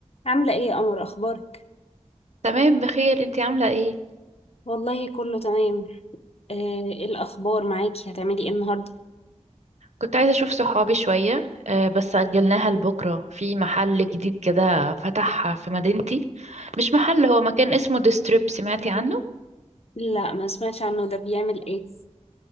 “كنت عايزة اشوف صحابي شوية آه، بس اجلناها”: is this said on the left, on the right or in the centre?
Right